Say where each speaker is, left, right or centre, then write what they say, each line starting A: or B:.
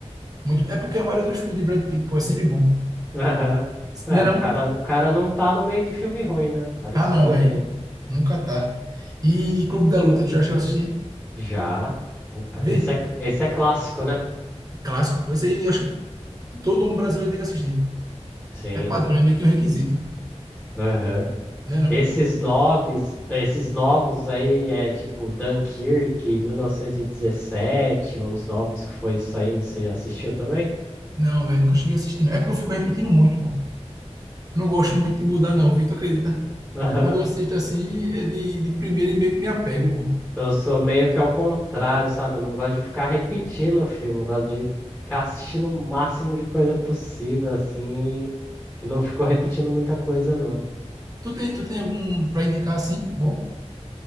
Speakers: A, on the right; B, in the centre.
A: Muito. É porque a maioria dos filmes de Brad Pitt, pô, é sempre bom.
B: <laughs> Aham. É,
A: Não é
B: o
A: não?
B: cara, o cara não tá no meio de filme ruim, né? O cara escolhe
A: Ah, não, velho.
B: bem.
A: Nunca tá. E Clube da Luta, tu já chegou a assistir?
B: Já. Opa,
A: Vê?
B: esse é, esse é clássico, né?
A: Clássico, pô. Isso aí eu acho que todo um brasileiro tem que assistir.
B: Sim.
A: É padrão, é meio que um requisito.
B: Aham.
A: Não é não?
B: Esses novos, esses novos aí é tipo Dunkirk, mil novecentos e dezessete uns novos que foi saindo, você já assistiu também?
A: Não, velho, nunca cheguei a assistir. não. É porque eu fico repetindo muito, pô. Eu não gosto muito de mudar, não, Vitor, acredita?
B: <laughs> Aham.
A: Quando eu assisto assim, é de, de primeira e meio que me apego, pô.
B: Eu sou meio que ao contrário, sabe? Eu não gosto de ficar repetindo o filme, eu gosto de ficar assistindo o máximo de coisa possível, assim, e, e não ficou repetindo muita coisa, não.
A: Tu tem, tu tem algum pra indicar assim? Bom?